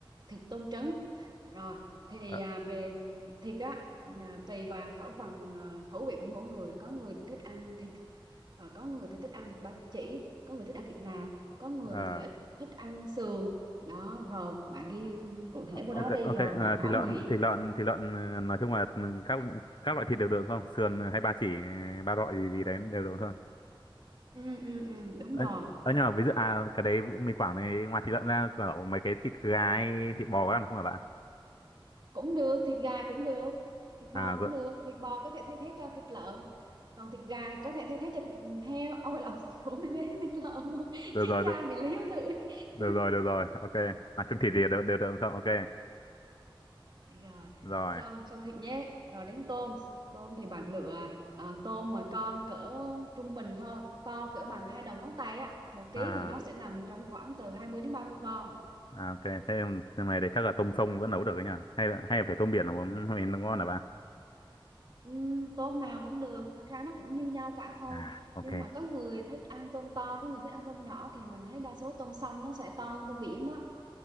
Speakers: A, on the right (about 55°); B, on the left (about 60°).
A: thịt tôm trứng. Rồi, thì
B: Ờ,
A: à, về thịt á, là tùy vào khẩu phần ờ, khẩu vị của mỗi người. Có người thì thích ăn thịt, ờ, có người thì thích ăn thịt ba chỉ, có người thích ăn thịt nạc, có người
B: ờ,
A: thì ít thích ăn sườn. Đó, rồi bạn ghi cụ thể vô
B: ok,
A: đó đi,
B: ok,
A: rồi
B: ờ,
A: bạn hỏi
B: thịt lợn,
A: người yêu
B: thịt lợn, thịt lợn, ờ, nói chung là các các loại thịt đều được không? Sườn hay ba chỉ, ba rọi gì gì đấy đều được không?
A: ừ ừ ừ đúng
B: Ơ,
A: rồi
B: ờ, nhưng mà ví dụ, à, cái đấy mì Quảng này, ngoài thịt lợn ra, kiểu mấy cái thịt gà hay thịt bò có ăn không hả bạn?
A: cũng được thịt gà cũng được thịt bò
B: À, rồi,
A: cũng được thịt bò có thể thay thế cho thịt lợn còn thịt gà thì có thể thay thế cho thịt heo ôi lộn <laughs> cũng thay thế cho thịt lợn luôn
B: được
A: chết
B: rồi,
A: cha
B: được.
A: bị líu lưỡi
B: được
A: <laughs>
B: rồi được rồi ok à chung thịt gì đều đều được không ok
A: rồi
B: rồi
A: xong xong thịt nhé rồi đến tôm tôm thì bạn lựa à, tôm mà con cỡ trung bình thôi to cỡ bằng hai đầu ngón tay á một ký
B: à,
A: thì nó sẽ nằm trong khoảng từ 20 đến 30 con
B: à ok thế nhưng này thì chắc là tôm sông vẫn nấu được đấy nhỉ hay là hay là phải tôm biển nó mới nó ngon là bạn
A: Ừm, tôm nào cũng được thật ra nó cũng như nhau cả thôi
B: à ok
A: nhưng mà có người thích ăn tôm to có người thích ăn tôm nhỏ thì mình thấy đa số tôm sông nó sẽ to hơn tôm biển đó